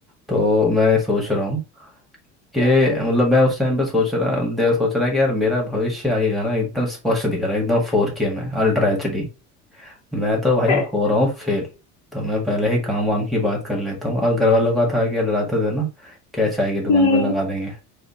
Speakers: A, in the centre; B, on the left.
A: तो मैं सोच रहा हूँ कि
B: तो।
A: मतलब मैं उस टाइम पे सोच रहा दे- सोच रहा कि यार मेरा भविष्य आगे का ना एकदम स्पष्ट दिख रहा है एकदम फोर के में अल्ट्रा एच डी मैं तो भाई
B: <laughs>
A: हो रहा हूँ फेल तो मैं पहले ही काम वाम की बात कर लेता हूँ और घर वालों का था कि डराते थे ना क्या चाय की दुकान
B: हम्म
A: पर लगा देंगे